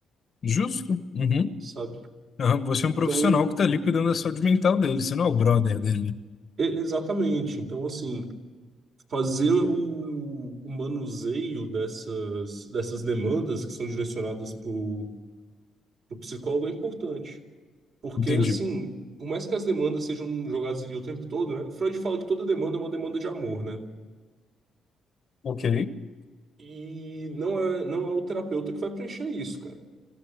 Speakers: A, on the left; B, on the right.
A: Justo. Uhum.
B: sabe?
A: Aham, Você é
B: Então,
A: um profissional que está ali cuidando da saúde mental dele, você não é o brother dele.
B: e- exatamente. Então, assim. fazer o, o manuseio dessas, dessas demandas que são direcionadas para o psicólogo é importante. Porque,
A: Entendi.
B: assim, por mais que as demandas sejam jogadas ali o tempo todo, né? Freud fala que toda demanda é uma demanda de amor, né?
A: Ok.
B: E não é, não é o terapeuta que vai preencher isso, cara,